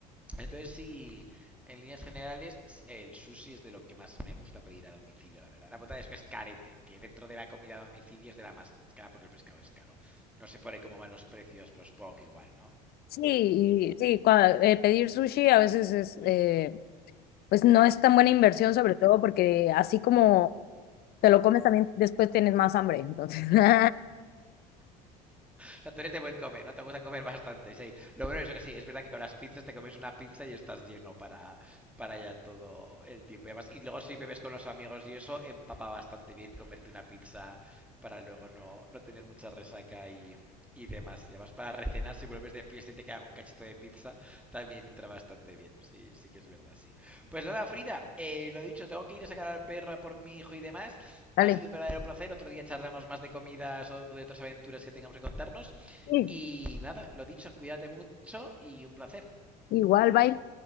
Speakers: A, in the centre; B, on the left (about 50°).
A: Entonces sí, en líneas generales el sushi es de lo que más me gusta pedir a domicilio, la verdad. La putada es que es carete, que dentro de la comida a domicilio es de la más cara porque el pescado es caro. No sé por ahí cómo van los precios, pero supongo que igual, ¿no?
B: sí, y- sí, cua- eh, pedir sushi a veces es... eh, pues no es tan buena inversión, sobre todo porque así como te lo comes también después tienes más hambre. Entonces, <laughs>
A: O sea, tú eres de buen comer, ¿no? Te gusta comer bastante, sí. Lo bueno es que sí, es verdad que con las pizzas te comes una pizza y estás lleno para, para ya todo el tiempo. Y, además, y luego si bebes con los amigos y eso, empapa bastante bien comerte una pizza para luego no, no tener mucha resaca y, y demás. Y además para recenar, si vuelves de fiesta y te queda un cachito de pizza, también entra bastante bien. Sí, sí que es verdad, sí. Pues nada, Frida, eh, lo dicho, tengo que ir a sacar al perro por mi hijo y demás.
B: dale.
A: Ha sido un verdadero placer. Otro día charlamos más de comidas o de otras aventuras que tengamos que contarnos.
B: Sí,
A: Y nada, lo dicho, cuídate mucho y un placer.
B: igual, bye.